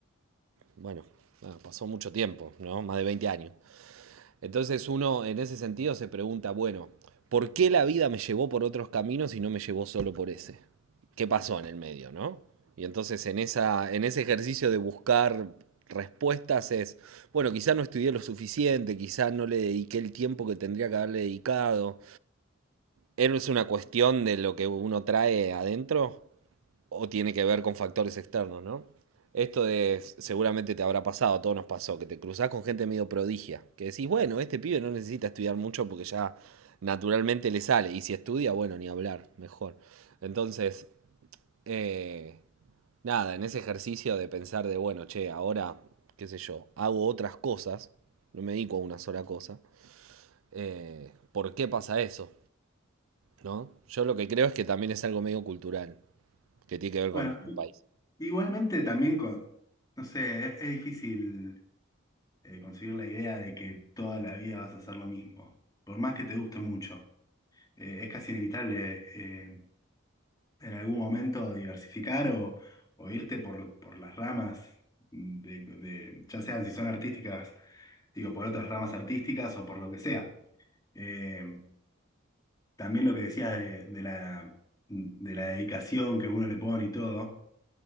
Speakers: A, on the right; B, on the left.
A: bueno, pasó mucho tiempo, ¿no? Más de 20 años. Entonces uno en ese sentido se pregunta, bueno, ¿por qué la vida me llevó por otros caminos y no me llevó solo por ese? ¿Qué pasó en el medio, no? Y entonces en, esa, en ese ejercicio de buscar respuestas es, bueno, quizá no estudié lo suficiente, quizá no le dediqué el tiempo que tendría que haberle dedicado, ¿Es una cuestión de lo que uno trae adentro? ¿O tiene que ver con factores externos, no? Esto de, seguramente te habrá pasado, a todos nos pasó, que te cruzás con gente medio prodigia, que decís, bueno, este pibe no necesita estudiar mucho porque ya naturalmente le sale, y si estudia, bueno, ni hablar, mejor. Entonces, eh, nada, en ese ejercicio de pensar de, bueno, che, ahora, qué sé yo, hago otras cosas, no me dedico a una sola cosa, eh, ¿por qué pasa eso? ¿no? Yo lo que creo es que también es algo medio cultural, que tiene que ver
B: Bueno,
A: con nuestro
B: i-
A: país.
B: igualmente también, con, no sé, es, es difícil eh, concebir la idea de que toda la vida vas a hacer lo mismo, por más que te guste mucho. eh, es casi inevitable eh, en algún momento diversificar o, o irte por, por las ramas, de, de- ya sean si son artísticas, digo, por otras ramas artísticas o por lo que sea. Eh, también lo que decías de, de la, de la dedicación que uno le pone y todo.